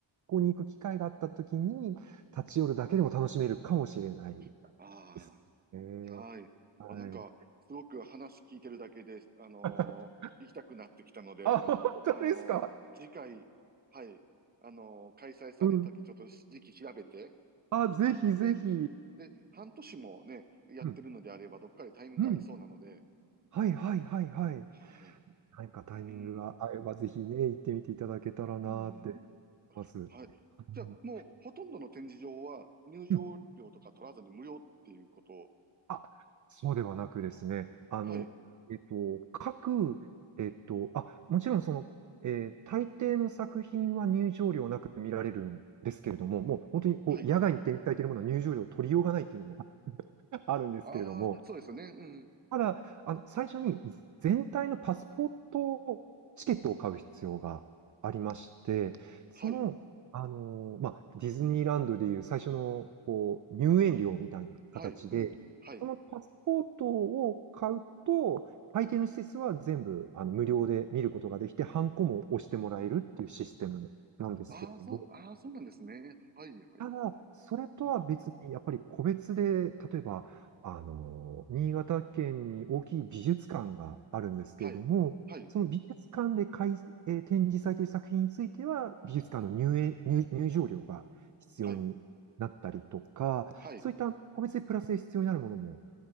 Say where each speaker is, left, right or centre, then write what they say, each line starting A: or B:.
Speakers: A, on the right (about 40°); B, on the right (about 20°).
A: ここに行く機会があったときに、立ち寄るだけでも楽しめるかもしれない
B: あ
A: ですね。
B: あ、はい。
A: はい。
B: あ、なんか、すごく話聞いてるだけで、あのー行きたくなってきたので、
A: <laughs> あ、本当ですか
B: あのー次回、はい、あのー開催されるとき、
A: うん。
B: ちょっと時期調べて、
A: あ、ぜひぜひ。
B: で、で、半年もね、やってるのであれば、
A: うん。
B: どっかでタイミングが合いそうなので、
A: うん。はいはいはいはい。
B: はい。
A: 何かタイミングが合えば、
B: うん。
A: ぜひね、行ってみていただけたらなーって思い
B: うん。
A: ます。は
B: はい。じゃあ、
A: い
B: もう、ほとんどの展示場は、入場料とか取らずに無料っていうことを、
A: うんあ、そうではなくですね、あの、
B: はい、
A: えっと、各、えっと、あ、もちろんその、えー大抵の作品は入場料なく見られるんですけれども、もう本当にこう野外に展開されているものは入場料を取りようがないっていうのも
B: はい。
A: <laughs> あるんですけれども、
B: ああ、そうですよね。うん。
A: ただ、あの、最初に全体のパスポートチケットを買う必要がありまして、その、
B: はい、
A: あの、まあ、ディズニーランドでいう最初の、こう、入園料みたいな形で、
B: はい、うん。はい。
A: そのパスポートを買うと、大抵の施設は全部、あの、無料で見ることができて、ハンコも押してもらえるっていうシステムなんですけれども、
B: ああ、そう、ああ、そうなんですね。はい、はい。
A: ただ、それとは別に、
B: うん。
A: やっぱり個別で、例えば、あの、新潟県に大きい美術館があるんですけれども、
B: はい、はい、
A: その美術館で開えー展示されている作品については、美術館の入園、入、入場料が必要になったりとか、
B: はい、はい、
A: そういった個別でプラスで必要になるものも